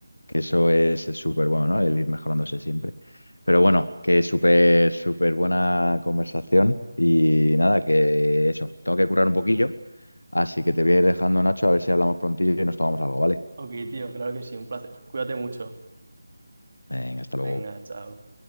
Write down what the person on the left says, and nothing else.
que eso es es súper bueno, ¿no? El ir mejorándose siempre. Pero bueno, que es súper, súper buena conversación y nada, que eso, tengo que curar un poquillo, así que te voy a ir dejando, Nacho, a ver si hablamos prontillo y nos tomamos algo, ¿vale?
Venga, hasta luego.